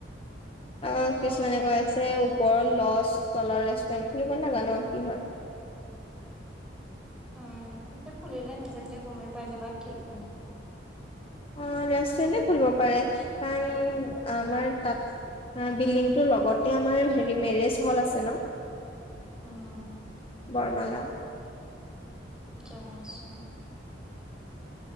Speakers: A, on the left; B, in the centre.
A: আৰু
B: অ'
A: কিছুমানে কৈ আছে বৰ ল'জ তলত ৰেষ্টুৰেণ্ট খুলিব, নাজানো কি হয়।
B: উম এতিয়া খুলিলে নিজে নিজে গমে পাই যাবা কি ক
A: অ <unintelligible> অ', ৰেষ্টুৰেণ্টতে খুলিব পাৰে কাৰণ আমাৰ তাত বিল্ডিংটোৰ লগতে আমাৰ হেৰি মেৰেজ হল আছে ন',
B: উম।
A: বৰমালা।
B: জানিছো।